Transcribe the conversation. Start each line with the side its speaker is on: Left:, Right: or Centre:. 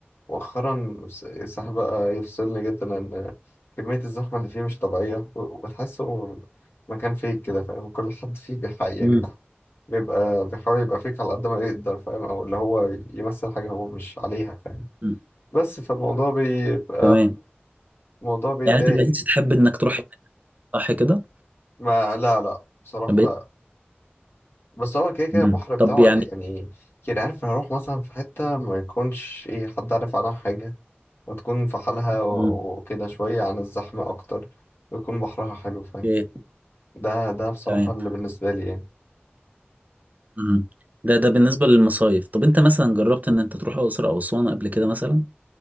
Left: مؤخرا الس- الساحل بقى يفصلني جدا لان كمية الزحمة اللي فيه مش طبيعية و- وتحسه مكان فيك كده فاهم كل حد فيه بيحقق يعني
Right: مم.
Left: بيح- بيبقى بيحاول يبقى فيك على قد ما يقدر فاهم او اللي هو يمثل حاجة هو مش عليها فاهم
Right: مم.
Left: بس فالموضوع بيبقى
Right: تمام
Left: الموضوع بيضايق
Right: يعني انت ما بقيتش تحب انك تروح هناك، صح كده
Left: ما لا لا بصراحة
Right: ما بقيت
Left: لا بس هو كده كده
Right: مم.
Left: البحر بتاعه
Right: طب يعني
Left: يعني يعني عارف هروح مثلا في حتة ما يكونش ايه حد عارف عنها حاجة وتكون في حالها و-
Right: مم.
Left: وكده شوية عن الزحمة أكتر ويكون بحرها حلو فاهم
Right: اوكي.
Left: ده ده بصراحة
Right: تمام
Left: اللي بالنسبة لي يعني
Right: مم. ده ده بالنسبة للمصايف طب انت مثلا جربت ان انت تروح الاقصر او اسوان قبل كده مثلا